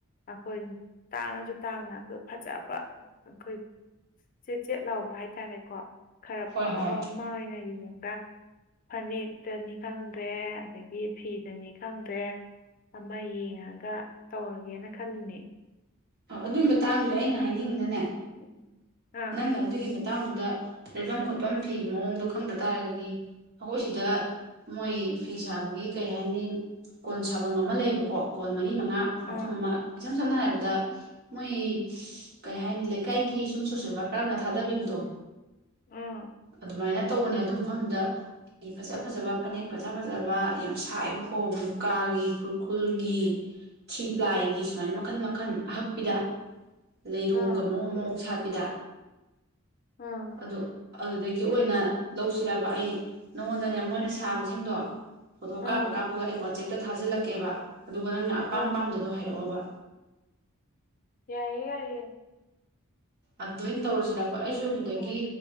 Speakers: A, on the left (about 40°); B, on the right (about 50°).
A: ꯑꯩꯈꯣꯏ ꯇꯥꯡꯉꯁꯨ ꯇꯥꯡꯅ ꯑꯩꯈꯣꯏ ꯐꯖꯕ ꯑꯩꯈꯣꯏ ꯆꯦꯠ ꯆꯦꯠ ꯂꯥꯎꯕ ꯍꯥꯏꯇꯥꯔꯦꯀꯣ꯫ ꯈꯔ
B: ꯍꯣꯏ
A: ꯐꯕ
B: ꯍꯣꯏ
A: ꯑꯃ ꯑꯣꯏꯅ ꯌꯦꯡꯉꯒ ꯐꯅꯦꯛꯇꯅꯤ ꯈꯪꯗ꯭ꯔꯦ ꯑꯗꯒꯤ ꯐꯤꯗꯅꯤ ꯈꯪꯗ꯭ꯔꯦ ꯑꯃ ꯌꯦꯡꯉꯒ ꯇꯧꯔꯒꯦꯅ ꯈꯜꯂꯤꯅꯦ
B: ꯑꯗꯨꯒꯤ ꯃꯇꯥꯡꯗꯨꯗ ꯑꯩꯅ ꯍꯥꯏꯅꯤꯡꯉꯤꯅꯅꯦ꯫
A: <unintelligible> ꯑꯥ
B: ꯅꯪꯅ ꯑꯗꯨꯒꯤ ꯃꯇꯥꯡꯗꯨꯗ ꯂꯩꯐꯝ ꯈꯣꯠꯐꯝ ꯐꯤ ꯃꯑꯣꯡꯗꯣ ꯈꯪꯗ ꯇꯥꯔꯒꯗꯤ ꯑꯩꯈꯣꯏ ꯁꯤꯗ ꯃꯣꯏ ꯐꯤ ꯁꯥꯕꯒꯤ ꯀꯩ ꯍꯥꯏꯅꯤ ꯀꯣꯟ ꯁꯥꯐꯝ ꯑꯃ ꯂꯩꯕꯀꯣ ꯀꯣꯟ ꯃꯔꯤꯥ ꯃꯐꯝ
A: ꯑꯥ
B: ꯑꯃ ꯏꯁꯝ ꯁꯝꯅ ꯍꯥꯏꯔꯕꯗ ꯃꯣꯏ ꯀꯩ ꯍꯥꯏꯅꯤ ꯂꯩꯀꯥꯏꯒꯤ ꯁꯨꯝ ꯁꯣꯁꯦꯜ ꯋꯥꯔꯀꯔꯅ ꯊꯥꯗꯕꯤꯕꯗꯣ
A: ꯑꯥ
B: ꯑꯗꯨꯃꯥꯏꯅ ꯇꯧꯕꯅꯦ ꯑꯗꯨ ꯃꯐꯝꯗ꯫ ꯐꯤ ꯐꯖ ꯐꯖꯕ ꯐꯅꯦꯛ ꯐꯖ ꯐꯖꯕ ꯌꯥꯝ ꯁꯥꯏꯕꯀꯣ ꯃꯨꯀꯥꯒꯤ ꯈꯨꯔꯈꯨꯜꯒꯤ ꯊ꯭ꯔꯤ ꯄ꯭ꯂꯥꯏꯒꯤ ꯁꯨꯃꯥꯏꯅ ꯃꯈꯟ ꯃꯈꯟ ꯑꯍꯛꯄꯤꯗ ꯂꯩꯔꯣꯡꯒ
A: ꯑꯥ
B: ꯃꯑꯣꯡ ꯃꯑꯣꯡꯠ ꯄꯗ
A: ꯑꯥ
B: ꯑꯗꯨ ꯑꯗꯨꯗꯒꯤ ꯑꯣꯏꯅ ꯂꯧꯁꯤꯔꯕ ꯑꯩ ꯅꯉꯣꯟꯗꯅꯦ ꯃꯣꯏꯅ ꯁꯥꯕꯁꯤꯡꯗꯣ꯫ ꯐꯣꯇꯣ
A: ꯑꯥ
B: ꯀꯥꯞꯄ ꯀꯥꯞꯄꯒ ꯑꯩ ꯋꯥꯆꯦꯞꯇ ꯊꯥꯖꯤꯜꯂꯛꯀꯦꯕ ꯑꯗꯨꯒ ꯅꯪꯅ ꯑꯄꯥꯝ
A: ꯑꯥ
B: ꯄꯥꯝꯗꯗꯣ ꯍꯥꯏꯔꯛꯑꯣꯕ꯫
A: ꯌꯥꯏꯌꯦ ꯌꯥꯏꯌꯦ
B: ꯑꯗꯨꯅ ꯇꯧꯔꯁꯤꯔꯄ ꯑꯩꯁꯨ ꯑꯗꯨꯗꯒꯤ
A: ꯎꯝ